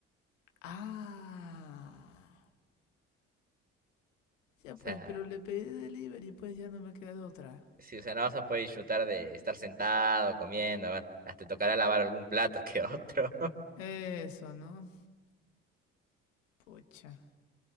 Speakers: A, on the left; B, on the right.
A: Ah. Ya
B: O
A: pues,
B: sea,
A: pero le pedí de delivery, pues ya no me queda de otra.
B: si, o sea, no vas a poder disfrutar de estar sentado, comiendo. va- Te tocará lavar algún plato que otro.
A: Eso, ¿no? Pucha.